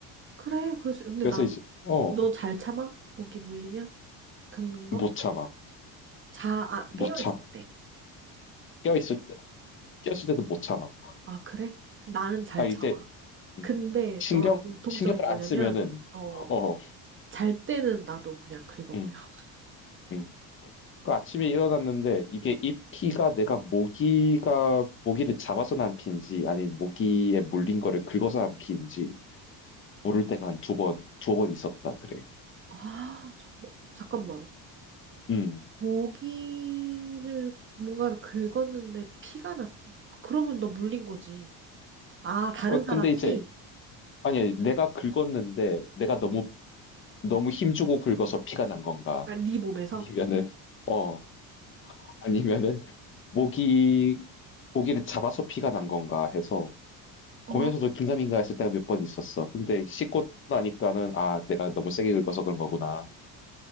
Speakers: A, on the right; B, on the left.
A: 그래, 그럴 수. 근데
B: 그래서
A: 나,
B: 이제 어,
A: 너 잘 참아? 목이 물리면? 겪는 거?
B: 못 참아,
A: 자, 아,
B: 못
A: 깨어
B: 참아.
A: 있을 때.
B: 껴있을 꼈을 때도 못 참아.
A: 아, 그래? 나는 잘
B: 아, 이제,
A: 참아.
B: 음,
A: 근데
B: 신경,
A: 너랑 공통점이
B: 신경을
A: 뭐냐면,
B: 안 쓰면은,
A: 어,
B: 어,
A: 잘 때는 나도 그냥 긁어버려.
B: 음,
A: <laughs>
B: 음. 그 아침에 일어났는데, 이게 입기가 내가 모기가, 모기를 잡아서 난 피인지, 아니, 모기에 물린 거를 긁어서 난 피인지, 모를 때가 한 두 번, 두 번 있었다, 그래.
A: 아, 정말. 잠깐만.
B: 음, 음.
A: 모기를, 뭔가를 긁었는데 피가 났, 그러면 너 물린 거지. 아, 다른
B: 어, 근데
A: 사람
B: 이제,
A: 피?
B: 아니, 내가 긁었는데, 내가 너무,
A: 어.
B: 너무 힘주고 긁어서 피가 난 건가?
A: 그러니까 네 몸에서?
B: 아니면은, 어, 아니면은, 모기, 모기를 잡아서 피가 난 건가 해서,
A: 어.
B: 보면서도 긴가민가 했을 때가 몇 번 있었어. 근데 씻고 나니까는, 아, 내가 너무 세게 긁어서 그런 거구나.